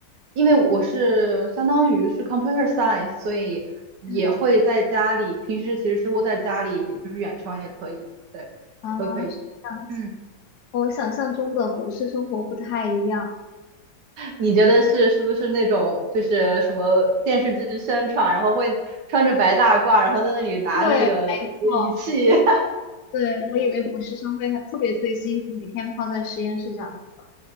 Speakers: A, on the right; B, on the left.
A: 因为我是相当于是 computer science，所以也会在家里，
B: 嗯
A: 平时其实是窝在家里，就是远程也可以，对，
B: 啊？
A: 都可以。
B: 是这样。
A: 嗯，
B: 是和我想象中的博士生活不太一样。
A: 你觉得是是不是那种就是什么电视剧宣传，然后会穿着白大褂，然后在那里拿那个仪器？
B: 对，没错，
A: <laughs>
B: 对，我以为博士生会很特别特别辛苦，每天泡在实验室这样子。